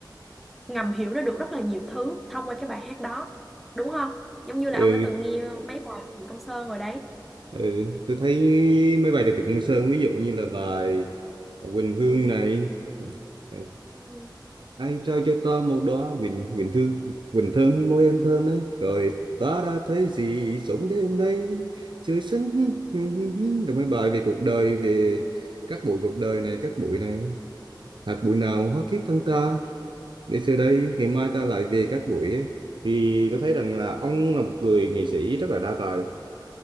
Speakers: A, in the centre; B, on the right.
A: ngầm hiểu ra được rất là nhiều thứ thông qua cái bài hát đó đúng không giống như
B: ừ,
A: là ông đã từng nghe mấy bài của Trịnh Công Sơn rồi đấy
B: ừ. tôi thấy mấy bài của Trịnh Công Sơn ví dụ như là bài Quỳnh Hương này ừ,
A: Ừ.
B: ai cho cho tớ một đó Quỳnh Quỳnh Thư Quỳnh thơm hay môi em thơm đấy rồi ta đã thấy gì sống đêm đây trời xanh <laughs> rồi mấy bài về cuộc đời về các bụi cuộc đời này các bụi này hạt bụi nào hóa kiếp thân ta để xưa đây ngày mai ta lại về các buổi ấy, thì tôi thấy rằng là ông là một người nghệ sĩ rất là đa tài